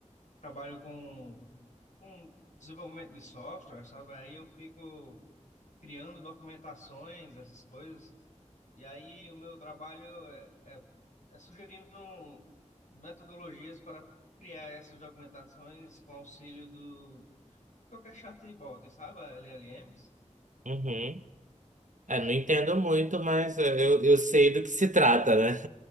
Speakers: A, on the left; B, on the right.
A: trabalho com, com desenvolvimento de software, sabe? Aí eu fico criando documentações, essas coisas. E aí o meu trabalho é, é, é sugerindo metodologias para criar essas documentações com auxílio do de qualquer chatbot, sabe? LLMs.
B: uhum. É, não entendo muito, mas eh, eu, eu sei do que se trata, né?